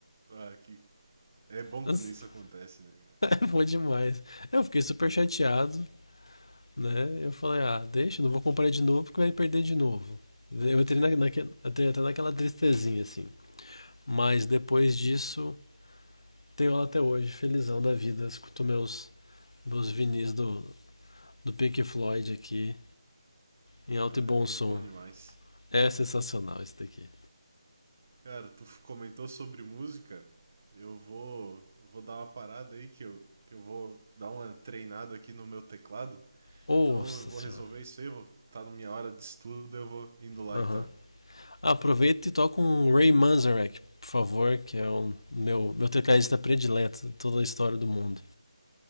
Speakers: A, on the right; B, on the left.
A: Ah, que... É bom
B: <laughs>
A: quando isso acontece, né, cara?
B: É bom demais. Eu fiquei super chateado, né? Eu falei, ah, deixa, não vou comprar de novo porque vai perder de novo. Eu entrei,
A: Sim,
B: na, naque- entrei até naquela tristezinha, assim. Mas depois disso, tenho ela até hoje, felizão da vida. Escuto meus, meus vinis do, do Pink Floyd aqui, em alto
A: ah,
B: e bom
A: e
B: som.
A: é bom demais.
B: É sensacional isso daqui.
A: Cara, tu f- comentou sobre música. Eu vou, vou dar uma parada aí que eu, que eu vou dar uma treinada aqui no meu teclado.
B: Nossa
A: Então eu vou
B: senhora.
A: resolver isso aí, vou tá na minha hora de estudo, eu vou indo lá
B: Aham.
A: então.
B: Uhum. Ah, Aproveita e toca um Ray Manzarek, por favor, que é o meu, meu tecladista predileto de toda a história do mundo.